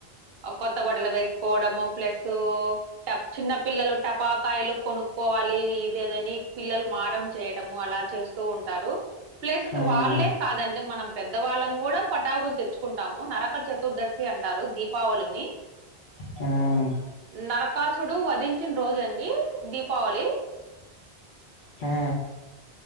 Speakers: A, on the right; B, on the left.
A: అ కొత్త బట్టలు వేసుకోవడము ప్లస్సూ టప్ చిన్న పిల్లలు టపాకాయలు కొనుక్కోవాలీ <unintelligible> దని పిల్లలు మారం చేయడము అలా చేస్తూ ఉంటారు ప్లస్
B: హ్మ్
A: వాళ్ళే కాదండి మనం పెద్దవాళ్ళం కూడా పటాకులు తెచ్చుకుంటాము నరక చతుర్దశి అంటారు దీపావళిని
B: హ్మ్
A: నరకాసుడు వధించిన రోజు అండి దీపావళి
B: హా